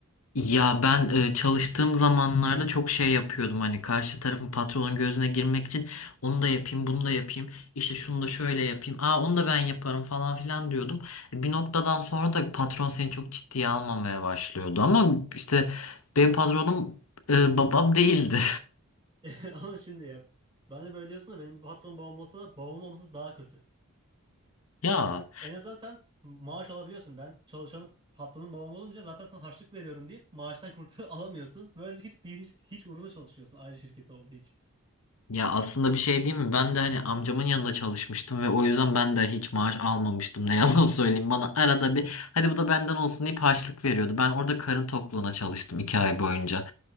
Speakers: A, on the left (about 70°); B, on the right (about 20°).
A: Ya ben e, çalıştığım zamanlarda çok şey yapıyordum hani karşı tarafın patronun gözüne girmek için onu da yapayım bunu da yapayım işte şunu da şöyle yapayım aa onu da ben yaparım falan filan diyordum. E, Bir noktadan sonra da patron seni çok ciddiye almamaya başlıyordu ama işte benim patronum e, babam değildi.
B: <laughs> Ama şimdi ya. Ben de böyle diyorsun da benim patron babam olsa da babam olması daha kötü.
A: <laughs> Ya
B: En, az, en azından sen maaş alabiliyorsun. Ben çalışanım patronun babam olunca zaten sana harçlık veriyorum deyip maaştan kurtul <laughs> alamıyorsun. Böyle hiç, bir, hiç uğruna çalışıyorsun aile şirketi olduğu için.
A: Ya aslında bir şey değil mi? Ben de hani amcamın yanında çalışmıştım ve o yüzden ben de hiç maaş almamıştım. Ne yalan <laughs> söyleyeyim. Bana arada bir hadi bu da benden olsun deyip harçlık veriyordu. Ben orada karın tokluğuna çalıştım iki ay boyunca.